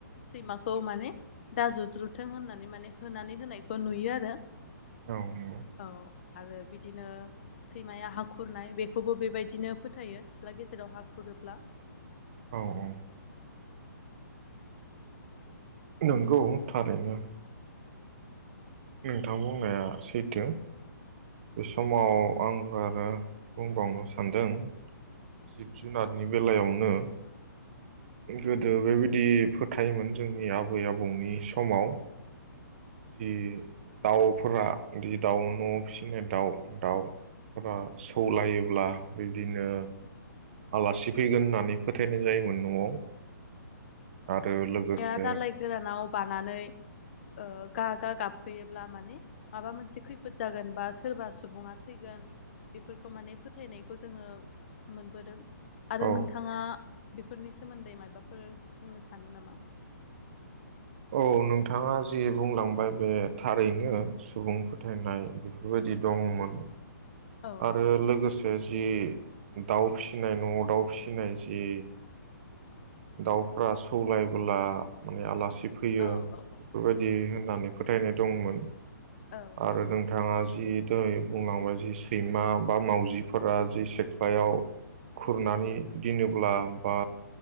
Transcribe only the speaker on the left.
सैमाखौ माने दा जुद्रुथों होननानै माने होनानै होनायखौ नुयो आरो
औ आरो बिदिनो सैमाया हा खुरनाय बेखौबो बेबायदिनो फोथायो सिथ्ला गेजेराव हा खुरोब्ला
बेहा दालाइ गोरानाव बानानै ओ गा गा गाबफैयोब्ला माने माबा मोनसे खैफोद जागोन बा सोरबा सुबुङा थैगोन बेफोरखौ माने फोथायनायखौ जोङो मोनबोदों। आरो
नोंथाङा बेफोरनि सोमोन्दै मायाबाफोर बुंनो सानो नामा?
औ
औ औ
औ